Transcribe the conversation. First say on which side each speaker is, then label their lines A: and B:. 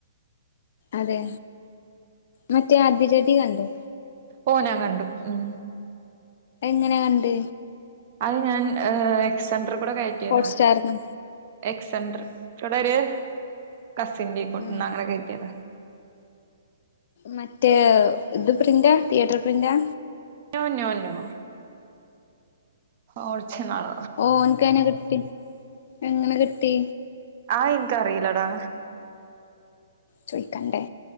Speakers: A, on the left; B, on the right.
A: അതെ മറ്റേ അതിരടി കണ്ടോ
B: ഓ ഞാന് കണ്ടു ഉം
A: എങ്ങനെ കണ്ട്
B: അഹ് ഞാൻ ഏഹ് എക്സണ്ടർ കൂടെ കയറ്റിയതാ
A: ഹോട്ട്സ്റ്റാറിന്ന്
B: എക്സൻണ്ടർട്ര കൂടൊര് കസിൻന്റെകൊട്ന്ന്
A: ഉം
B: അങ്ങനെ കേറ്റിയതാ
A: മറ്റേ ഇത് പ്രിന്റാ തിയേറ്റർ പ്രിന്റാ
B: നോ നോ നോ ഒർജിനൽ
A: ഓൻക്കെങ്ങനെ കിട്ടി എങ്ങനെ കിട്ടി
B: ആഹ് ഇൻകറീലടാ
A: ചോയ്ക്കണ്ടേ